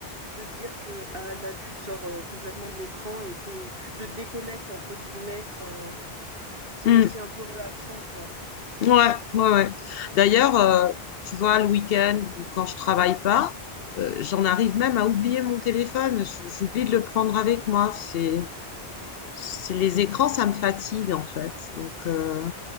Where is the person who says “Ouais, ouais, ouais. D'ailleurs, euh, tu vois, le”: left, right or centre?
Left